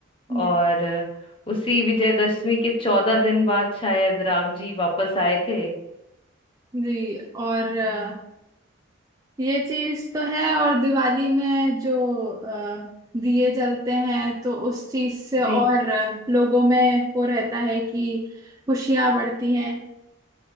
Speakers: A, on the right; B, on the left.
A: जी,
B: और अ, उसी विजयदशमी के चौदह दिन बाद शायद राम जी वापस आए थे
A: जी और अ, ये चीज तो है और दिवाली में जो अ, दिए जलते हैं तो उस चीज से
B: जी
A: और अ, लोगों में वो रहता है कि खुशियां बढ़ती हैं